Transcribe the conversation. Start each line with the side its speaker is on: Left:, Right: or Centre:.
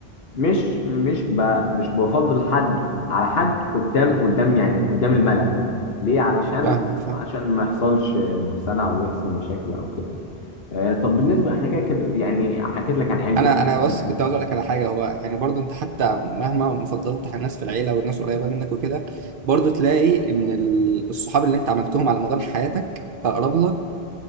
Left: مش مش ب مش بفضل حد على حد قدام قدام يعني قدام الملأ ليه علشان
Right: فاهمك فاهم
Left: عشان ما يحصلش نفسنا او يحصل مشاكل او كده يعني آه، طب بالنسبه احنا كده كده يعني حكيت لك عن عيلتي
Right: انا
Left: وحكيت
Right: انا بس
Left: يعني
Right: كنت عاوز اقول لك على حاجه هو يعني برضو انت حتى مهما ما فضلت الناس في العيله والناس قريبه منك وكده برضو تلاقي ان ال- الصحاب اللي انت عملتهم على مدار حياتك اقرب لك